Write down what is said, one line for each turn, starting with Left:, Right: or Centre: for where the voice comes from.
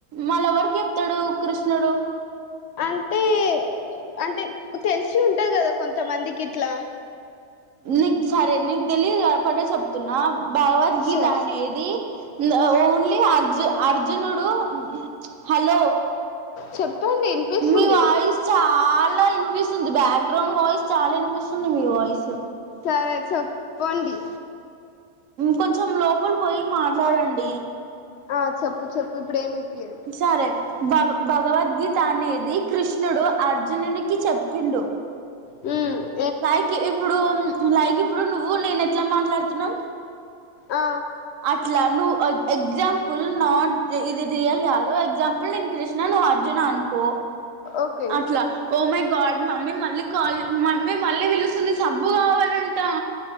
Right: మళ చెప్తాడు కృష్ణుడు
Left: అంటే అంటే తెలిసి ఉంటది కదా కొంతమందికి ఇట్లా
Right: నీకు సరే నీకు తెలిదు కాబట్టే చెప్తున్నా భగవద్గీత
Left: సర్
Right: అనేది ఓన్లీ అర్జు అర్జునుడు హలో
Left: చెప్పండి వినిపిస్తుంది
Right: మీ వాయిస్ చాలా ఇనిపిస్తుంది బ్యాక్గ్రౌండ్ వా చాలా వినిపిస్తుంది మీ వాయిస్
Left: సరే చెప్పండి
Right: కొంచెం లోపల పోయి మాట్లాడండి.
Left: ఆ చెప్పు చెప్పు ఇప్పుడు ఏమి వినిపియదు
Right: సరే భగవద్గీత అనేది కృష్ణుడు అర్జునుడికి చెప్పిండు.
Left: మ్
Right: లైక్ ఇప్పుడు లై ఇప్పుడు నువ్వు నేను అట్లా మాట్లాడుతున్నా
Left: ఆ
Right: అట్లా నువ్వు ఎగ్జామ్ ఫుల్ నాట్ ఇది రియల్ కాదు ఎక్జాంపుల్ నిను కృష్ణ నువ్వు అర్జున అనుకో
Left: ఓకే
Right: అట్లా ఓ మమ్మీ మళ్ళీ కా మమ్మీ మళ్ళీ పిలుస్తుంది. సబ్బు కావాలంట